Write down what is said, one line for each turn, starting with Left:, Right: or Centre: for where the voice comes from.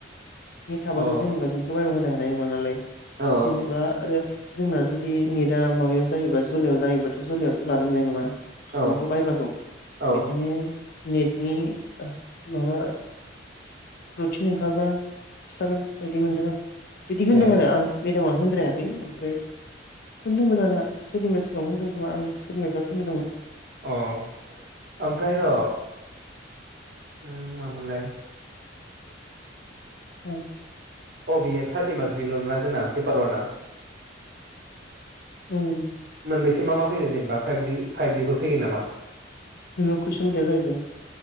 Left: नेट थाबाथ'
Right: अ
Left: जेनेबा जोंना बाय होनोङा नाय मोनलाय
Right: औ
Left: जेनेबा आरो जोंना जुदि ने दा माबायाव जायोबा जुलियाव जायोबाथ' जुलियावथ' लानो मोननाय नङा
Right: औ
Left: माबाखौ बायबाखौ
Right: औ
Left: बेखायनो नेटनि माबा रुथिन ओंखारबा खिन्थागोन बायदि मोनदों बिदि होनदों
Right: ए
Left: आरो आं बेदामा होनद्रायाखै ओमफ्राय होनदोंमोन आंना सोरनिबा सिगाङावनो होनदों खोमा आं सोरनिबा होनदोंमोन
Right: अ ओमफ्राय र' उम मामोनलाय
Left: औ
Right: अ बेयो थार्टि मार्कनिल' ना जोंना पेपार अवानआ
Left: उम
Right: मोनबैसे मा मा फै जेनेबा फाइभनिबो फैगोन नामा
Left: नोंनाव कुइसन गैला जाहैबाय